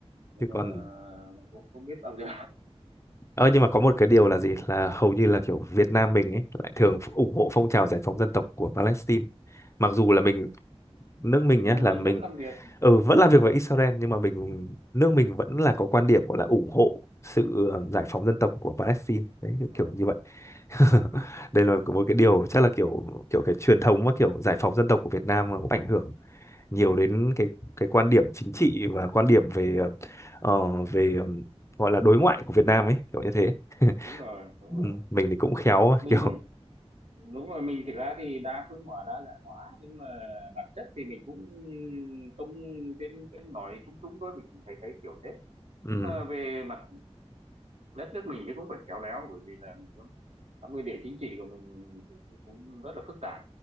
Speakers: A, on the right (about 80°); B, on the left (about 25°).
A: nhưng
B: chứ
A: mà
B: còn
A: mình cũng không biết bao giờ
B: ờ nhưng mà có một cái điều là gì là hầu như là kiểu Việt Nam mình ấy lại thường ủng hộ phong trào giải phóng dân tộc của Palestine mặc dù là mình nước
A: <laughs>
B: mình
A: mình
B: nhé là mình
A: vẫn làm việc
B: ừ, vẫn làm việc với Israel nhưng mà mình nước mình vẫn là có quan điểm gọi là ủng hộ sự ờ, giải phóng dân tộc của Palestine đấy kiểu
A: Ờ,
B: kiểu như vậy <laughs> đây là một cái điều chắc là kiểu kiểu cái truyền thống và kiểu giải phóng dân tộc của Việt Nam nó cũng ảnh hưởng nhiều đến cái cái quan điểm chính trị và quan điểm về ờ, về ờ, gọi là đối ngoại của Việt Nam ấy kiểu như thế <laughs>
A: đúng rồi đúng
B: ừ,
A: rồi
B: mình thì cũng khéo mà,
A: mình
B: kiểu
A: đúng rồi mình thực ra thì đa phương hóa đa dạng hóa nhưng mà bản chất thì mình cũng cũng trên trên nói chung chung thôi mình thấy thấy kiểu thế
B: ừ,
A: nhưng mà về mặt đất nước mình thì cũng phải khéo léo bởi vì là mình cũng trong nguyên địa chính trị của mình thì, thì cũng rất là phức tạp